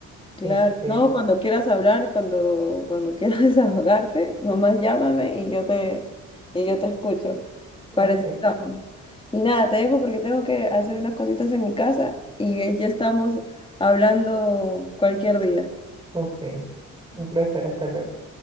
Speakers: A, on the left (about 15°); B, on the right (about 15°).
A: Claro,
B: Este,
A: no, cuando quieras hablar, cuando, cuando quieras <laughs> desahogarte, nomás llámame y yo te, y yo te escucho.
B: ok,
A: Parece que estamos. Y nada, te dejo porque tengo que hacer unas cositas en mi casa y ya estamos hablando cualquier día.
B: ok. Un placer, hasta luego.